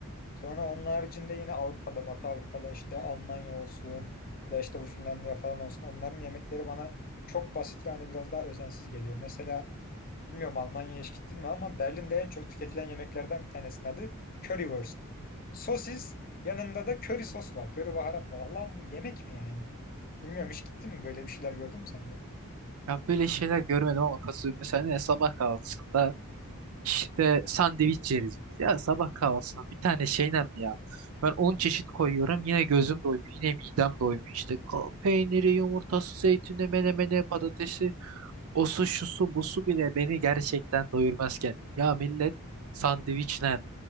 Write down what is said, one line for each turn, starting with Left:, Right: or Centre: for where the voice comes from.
Left: Sonra onun haricinde yine Avrupa'da, Batı Avrupa'da işte Almanya olsun ya da işte bu Finlandiya falan olsun onların yemekleri bana çok basit ve hani biraz daha özensiz geliyor. Mesela bilmiyorum Almanya'ya hiç gittin mi ama Berlin'de en çok tüketilen yemeklerden bir tanesinin adı Currywurst. Sosis yanında da köri sos var, köri baharat var. Allah'ım bu yemek mi yani? Bilmiyorum hiç gittin mi böyle bir şeyler gördün mü sen de?
Right: Ya böyle şeyler görmedim ama katılıyorum. Mesela ne sabah kahvaltısında işte sandviç yeriz biz. Ya sabah kahvaltısında bir tane şeyle mi ya? Ben 10 çeşit koyuyorum yine gözüm doymuyor. Yine midem doymuyor. İşte ko- peyniri, yumurtası, zeytini, menemene patatesi. O su, şu su, bu su bile beni gerçekten doyurmazken. Ya millet sandviçle